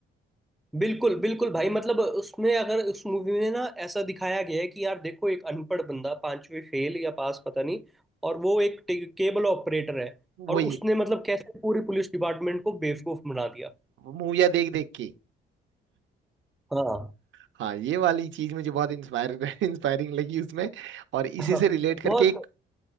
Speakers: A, in the centre; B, on the right (about 70°).
A: बिल्कुल बिल्कुल भाई मतलब उसमें अगर उस मूवी में ना ऐसा दिखाया गया है कि यार देखो एक अनपढ़ बंदा पांचवी फेल या पास पता नहीं और वो एक केबल ऑपरेटर है
B: वही
A: और उसने मतलब कैसे पूरी पुलिस डिपार्टमेंट को बेवकूफ बना दिया
B: मूवियाँ देख देख के
A: हाँ
B: हाँ ये वाली चीज मुझे बहुत इंस्पायर <laughs> इंस्पायरिंग लगी उसमें और इसी
A: हाँ
B: से रिलेट करके
A: बहुत
B: एक